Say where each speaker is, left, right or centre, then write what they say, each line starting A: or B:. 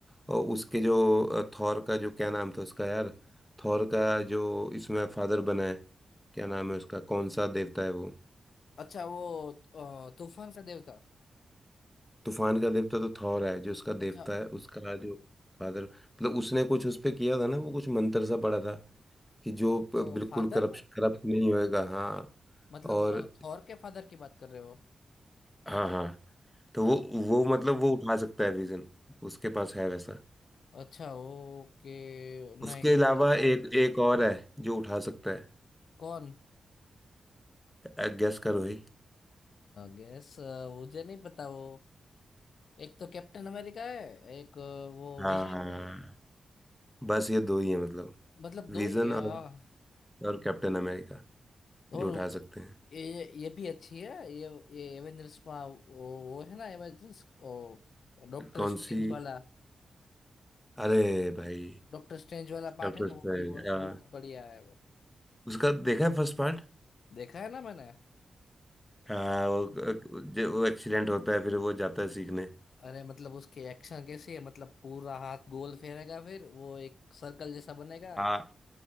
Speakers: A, in the centre; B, on the left (about 65°).
A: और उसके जो अ, थॉर का जो क्या नाम था उसका यार थॉर का जो इसमें फादर बना है क्या नाम है उसका कौन सा देवता है वो
B: अच्छा वो अ, तूफान का देवता
A: तूफान का देवता तो थॉर है जो उसका देवता
B: अच्छा
A: है उसका जो फादर मतलब उसने कुछ उस पे किया था ना वो कुछ मंत्र सा पड़ा था कि जो प-
B: तो
A: बिल्कुल
B: फादर
A: करप्शन करप्ट नहीं होएगा हाँ
B: मतलब
A: और
B: अ, थोर के फादर की बात कर रहे हो
A: हाँ हाँ तो वो वो मतलब वो उठा सकता है विजन उसके पास है वैसा
B: अच्छा ओके नहीं
A: उसके अलावा
B: उसका तो
A: एक एक और है जो उठा सकता
B: कौन
A: है गेस करो भाई
B: गैस मुझे नहीं पता वो एक तो कैप्टन अमेरिका है एक अ, वो
A: हाँ
B: विजन
A: हाँ
B: है
A: बस ये दो ही है मतलब
B: मतलब दो
A: विजन
B: ही है
A: और
B: हाँ
A: और कैप्टन अमेरिका
B: और
A: जो उठा
B: वो-
A: सकते हैं
B: ये ये ये भी अच्छी है ये ये एवेंजर्स में वो, वो है ना एवेंजर्स डॉक्टर
A: कौन
B: स्ट्रेंज
A: सी
B: वाला
A: अरे भाई
B: डॉक्टर स्ट्रेंज वाला
A: कैप्टन
B: पार्ट है ना वो भी वो, वो बढ़िया है वो
A: उसका देखा है फर्स्ट पार्ट
B: देखा है ना मैंने
A: हाँ
B: Okay.
A: वो, जो वो एक्सीडेंट होता है फिर वो जाता है सीखने
B: अरे मतलब उसकी एक्शन कैसी है मतलब पूरा हाथ गोल फेरेगा फिर वो एक सर्कल जैसा बनेगा
A: हाँ